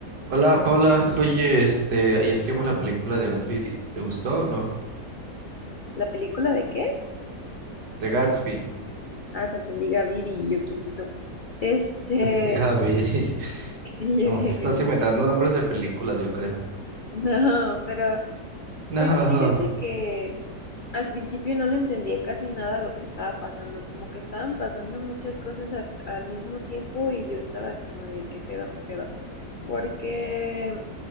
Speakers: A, on the right; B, on the left.
A: Hola Paula, oye, este, ayer que vimos la película de Gatsby, ¿te gustó o no?
B: ¿La película de qué?
A: De Gatsby,
B: Ah, te entendí, Vivi y yo, ¿qué es eso? Este,
A: <laughs> de Gaby, <laughs>
B: <laughs> sí, yo
A: no,
B: dije,
A: te estás
B: ¿qué es eso?
A: inventando
B: <laughs>
A: nombres de películas, yo creo.
B: No, pero
A: No,
B: pues fíjate que al principio no le entendía casi nada lo que estaba pasando, como que estaban pasando muchas cosas a- al mismo tiempo y yo estaba como de, ¿qué pedo, qué pedo? Porque